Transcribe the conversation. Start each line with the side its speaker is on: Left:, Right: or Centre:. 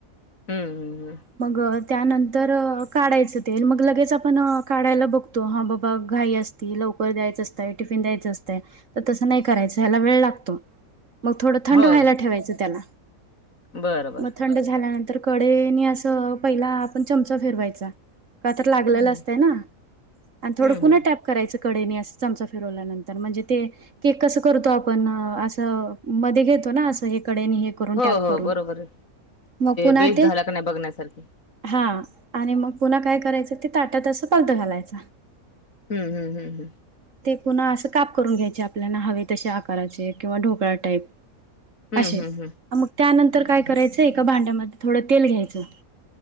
Left: हम्म
Right: मग त्यानंतर काढायचं ते मग लगेच आपण काढायला बघतो हा बाबा घाई असतील कुकर द्यायचं असतयं टिफिन द्यायचं असतयं तसं नाही करायचं ह्याला वेळ लागतो मग थोडं थंड
Left: होय
Right: व्हायला ठेवायचं त्याला
Left: बरं बरं
Right: म थंड झाल्यानंत तर कडेनी असं पहिला आपण चमचा फिरवायचा का तर लागलेलं
Left: हम्म
Right: असतंय ना आणि थोडं
Left: हम्म
Right: पुन्हा
Left: हम्म
Right: टॅप करायचं कडे अस चमचा फिरवल्यानंतर म्हणजे ते केक कसं करतो आपण असं मध्ये घेतो ना असं हे कडे हे करून
Left: हो
Right: टॅप
Left: हो
Right: करून
Left: बरोबर आहे
Right: मग पुन्हा
Left: बेस
Right: ते
Left: झाला का नाही बघण्यासारखी
Right: हा आणि मग पुन्हा काय करायचं ते ताटत असं पालथ घालायच
Left: हम्म हम्म हम्म हम्म
Right: पुन्हा असं काप करून घ्यायचे आपल्याला हवे तसे आकाराचे किंवा ढोकळा टाईप
Left: हम्म
Right: असे
Left: हम्म हम्म हम्म
Right: मग त्यानंतर काय करायचं एका भांड्यामध्ये थोडं तेल घ्यायचं